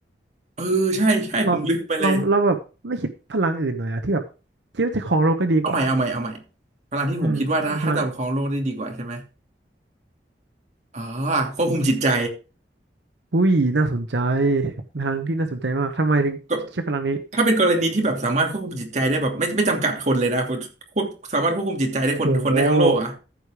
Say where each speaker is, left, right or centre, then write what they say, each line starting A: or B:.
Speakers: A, on the right; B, on the right.
A: เออใช่ใช่ผมลืมไปเลย
B: เราเราเราแบบไม่คิดพลังอื่นหน่อยอะที่แบบคิดว่าจะครองโลกก็ดีกว่า
A: เอาใหม่เอาใหม่เอาใหม่พลังที่ผมคิดว่าถ้าถ้าจะประคองโลกได้ดีกว่าใช่ไหม
B: อืมอ่าพลัง
A: อ๋อควบคุมจิตใจ
B: อุ้ยน่าสนใจพลังที่น่าสนใจมากทำไมถึงใช้พลังนี้
A: ก็ถ้าเป็นกรณีที่แบบสามารถควบคุมจิตใจได้แบบไม่ไม่จำกัดคนเลยนะผมควบสามารถควบคุมจิตใจได้คนคนได้ทั้งโลกอ่ะ
B: โห